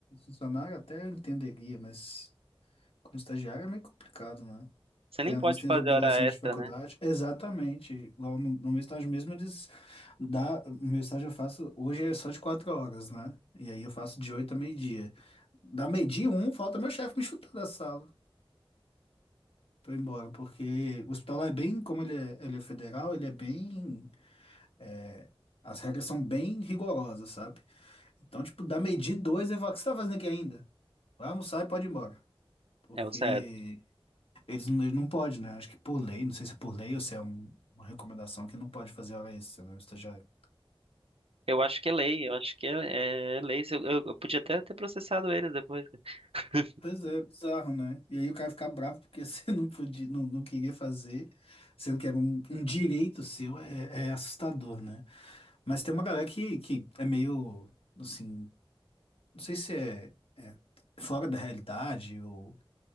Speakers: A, on the left (about 75°); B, on the right (about 80°).
A: funcionário até eu entenderia, mas. Como estagiário é meio complicado, né?
B: Você
A: Porque
B: nem
A: nós
B: pode
A: temos
B: fazer
A: obrigações
B: hora extra,
A: de faculdade.
B: né?
A: Exatamente. Igual no, no meu estágio mesmo, eles dá, meu estágio eu faço, hoje é só de quatro horas, né? E aí eu faço de oito a meio-dia. Da meio-dia um, falta meu chefe me chutar da sala. Tô embora, porque o hospital lá é bem, como ele é, ele é federal, ele é bem, é, as regras são bem rigorosas, sabe? Então, tipo, da meio-dia e dois, eu falo, o que você tá fazendo aqui ainda? Vai almoçar e pode ir embora. Porque
B: É o certo.
A: Eles não, não pode, né? Acho que por lei, não sei se é por lei ou se é um- uma recomendação que não pode fazer hora extra, né? O estagiário.
B: Eu acho que é lei, eu acho que é, é lei. Se Eu, eu, eu podia até ter processado eles depois. <laughs>
A: Pois é, bizarro, né? E aí o cara ficar bravo porque <laughs> você não podia, não, não queria fazer, sendo que era um, um direito seu, é, é assustador, né? Mas tem uma galera que, que é meio, assim, não sei se é, é fora da realidade ou